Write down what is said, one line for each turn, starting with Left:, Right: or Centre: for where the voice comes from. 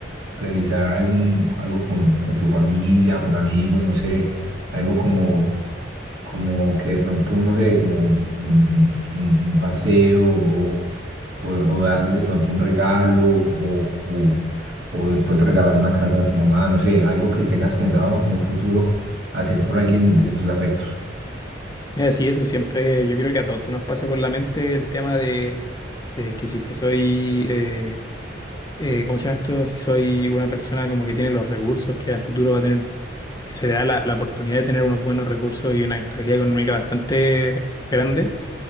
Right: realizar algún, algo con, con tu familia, con amigos, no sé, algo como, como que de pronto, no sé, como mm, un, un paseo o o, o darles de pronto un regalo, o, o, o de pronto regalar una casa a tu mamá, no sé, algo que tengas pensado en un futuro hacer por alguien de tus afectos.
Left: Mira, sí, eso siempre, yo creo que a todos se nos pasa por la mente el tema de, de que si es que soy eh, eh, ¿cómo se llama esto? Si soy una persona como que tiene los recursos, que a futuro va a tener, se le da la, la oportunidad de tener unos buenos recursos y una estabilidad económica bastante grande.